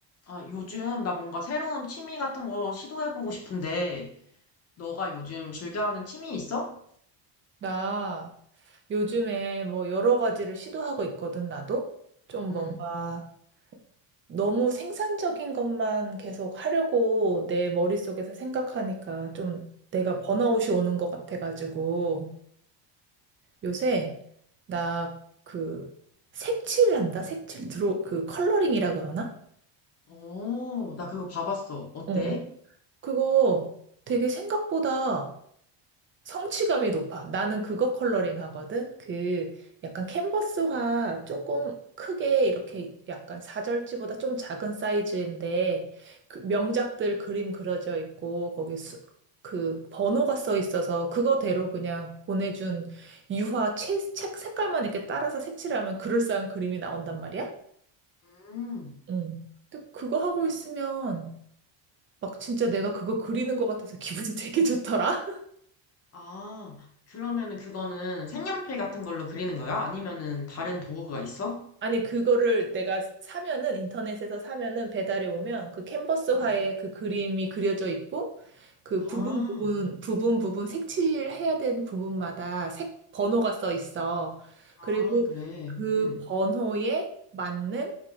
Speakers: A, on the left; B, on the right.
A: 아, 요즘 나 뭔가 새로운 취미 같은 거 시도해보고 싶은데, 너가 요즘 즐겨하는 취미 있어?
B: 나 요즘에 뭐 여러 가지를 시도하고 있거든, 나도. 좀
A: 응,
B: 뭔가 너무 생산적인 것만 계속 하려고 내 머릿속에서 생각하니까 좀 내가
A: 응.
B: 번아웃이 오는 것 같아가지고 요새 나 그 색칠한다? 색칠 드로 그 컬러링이라 그러나?
A: 오, 나 그거 봐봤어. 어때?
B: 어, 어. 그거 되게 생각보다 성취감이 높아. 나는 그거 컬러링 하거든. 그 약간 캔버스화 조금 크게 이렇게 약간 사절지보다 좀 작은 사이즈인데 그 명작들 그림 그려져 있고 거기 수, 그 번호가 써 있어서 그거대로 그냥 보내준 유화 채, 책 색깔만 이렇게 따라서 색칠하면 그럴싸한 그림이 나온단 말이야.
A: 음,
B: 응. 근데 그거 하고 있으면 막 진짜 내가 그거 그리는 것 같아서 <laughs> 기분이 되게 좋더라.
A: 아, 그러면은 그거는 색연필 같은 걸로 그리는 거야? 아니면은 다른 도구가 있어?
B: 아니, 그거를 내가 사면은, 인터넷에서 사면은 배달이 오면 그 캔버스화에
A: 응.
B: 그 그림이 그려져 있고, 그
A: 아,
B: 부분 부분, 부분 부분 색칠해야 되는 부분마다 색, 번호가 써 있어.
A: 아,
B: 그리고
A: 그래.
B: 그
A: 응,
B: 번호에 맞는